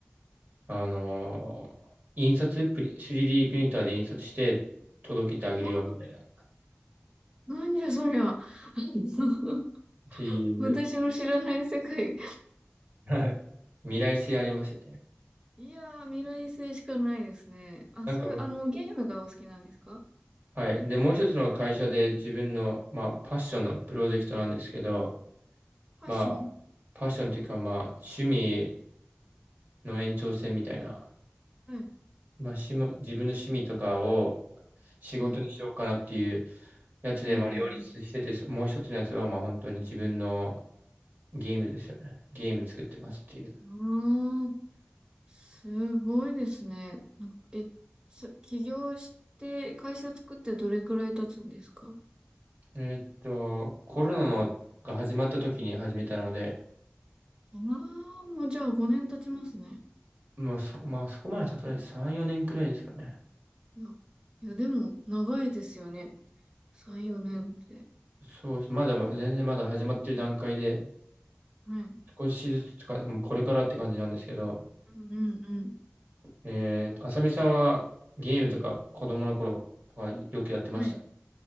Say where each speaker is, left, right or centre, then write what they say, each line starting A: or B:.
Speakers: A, on the right; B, on the right.
A: あのー印刷プリ、3D プリンターで印刷して届けてあげるよみたいな、
B: あ
A: っ
B: なんじゃそりゃ。<laughs>
A: ていう
B: 私の知らない世界。
A: はい。未来性ありますよね。
B: いやー、未来性しかないですね。あ、
A: なんかむ、
B: そういう、あの、ゲームがお好きなんですか
A: はい。で、もう一つの会社で自分の、まあ、パッションのプロジェクトなんですけど、
B: ファッション
A: まあ、パッションというか、まあ、趣味の延長線みたいな、
B: はい、
A: まあ、しも、自分の趣味とかを仕事にしようかなっていう
B: はい。
A: やつで、
B: うん、
A: まあ、両立してて、
B: うん、
A: そもう一つのやつは、まあ、本当に自分のゲームですよね。ゲーム作ってますっていう。
B: うん。ああすごいですね。なんかえ、す起業して、会社作ってどれくらい経つんですか
A: えーっと、コロナのが始まった時に始めたので、
B: ああー、もうじゃあ5年経ちますね。
A: もうそ、まあ、そこまでたとえ3、4年くらいですかね。
B: いや、いやでも、長いですよね。3、4年って。
A: そうです。まだまだ、全然まだ始まってる段階で、
B: はい。
A: 少しずつとか、もうこれからって感じなんですけど、
B: うんうんうん。
A: えーと、あさみさんはゲームとか子供の頃はよくやってました。
B: はい。